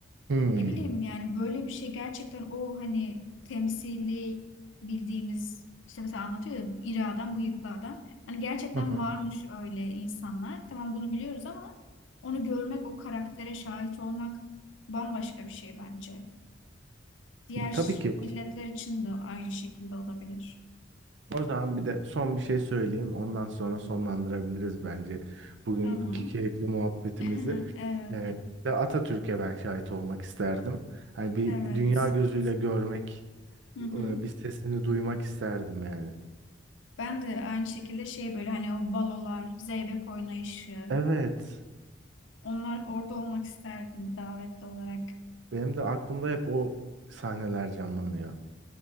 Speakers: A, on the right (about 65°); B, on the left (about 80°).
A: Hmm.
B: Ne bileyim yani böyle bir şey gerçekten o hani temsili bildiğimiz işte mesela anlatıyor ya iri adam, bıyıklı adam. Hani gerçekten
A: Hı hı.
B: varmış öyle insanlar. Tamam bunu biliyoruz ama onu görmek, o karaktere şahit olmak bambaşka bir şey bence. Diğer
A: Tabii ki.
B: milletler için de aynı şekilde olabilir.
A: O zaman bir de son bir şey söyleyeyim. Ondan sonra sonlandırabiliriz bence bugünkü
B: Tamam.
A: keyifli muhabbetimizi.
B: <laughs> Evet.
A: Evet. De Atatürk'e ben şahit olmak isterdim. Hani bir
B: Evet.
A: dünya gözüyle görmek,
B: Hı
A: e,
B: hı.
A: bir sesini duymak isterdim yani.
B: Ben de aynı şekilde şey böyle hani o balolar, zeybek oynayışı
A: Evet.
B: onlar orada olmak isterdim bir davetli olarak.
A: Benim de aklımda hep o sahneler canlanıyor.